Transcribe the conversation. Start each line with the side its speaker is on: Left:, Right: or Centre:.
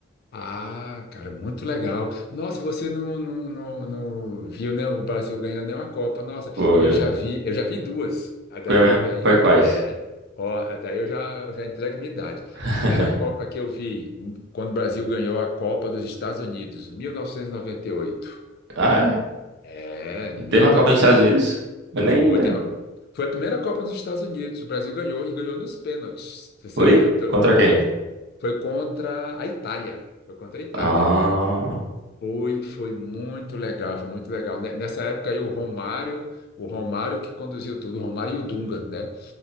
Left: Ah, cara, muito legal. Nossa, você não, não, não, não viu, né, o Brasil ganhando nenhuma Copa. Nossa,
Right: Foi,
Left: eu já vi, eu já vi duas. A daí,
Right: foi mesmo?
Left: daí,
Right: Foi quais?
Left: é, ó, a daí eu já, já entrego minha idade.
Right: <laughs>
Left: Primeira Copa que eu vi, quando o Brasil ganhou a Copa dos Estados Unidos, mil novecentos e e noventa e oito.
Right: Ah,
Left: É, mil
Right: é? teve uma
Left: e
Right: Copa
Left: novecentos
Right: nos Estados Unidos? Eu nem,
Left: foi,
Right: nem.
Left: teve uma- foi a primeira Copa nos Estados Unidos. O Brasil ganhou e ganhou nos pênaltis. Se Você,
Right: Foi? Contra quem?
Left: é, foi contra a Itália. Foi contra a Itália.
Right: Ah,
Left: Foi, foi muito legal, foi muito legal. Ne- Nessa época aí o Romário, o Romário que conduziu tudo, o Romário e o Dunga, né?